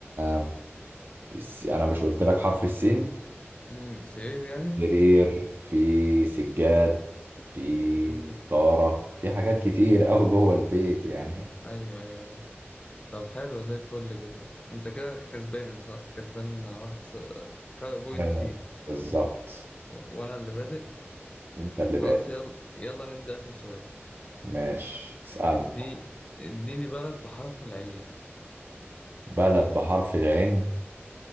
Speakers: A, on the right; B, on the left.
A: آه، الس- انا مش قلت لك حرف السين
B: امم سرير يعني
A: سرير في سجاد في
B: امم
A: طارة في حاجات كتير قوي جوه البيت يعني
B: ايوه ايوه ايوه طب حلو زي الفل كده انت كده كسبان صح كسبان واحد س... فرق بوينت
A: <laughs> أنا-
B: ليك
A: بالظبط
B: و... وانا اللي بادئ
A: انت اللي
B: خلاص
A: بادئ
B: يلا يلا ندي اخر سؤال
A: ماشي اسألني
B: ادي اديني بلد بحرف العين
A: بلد بحرف العين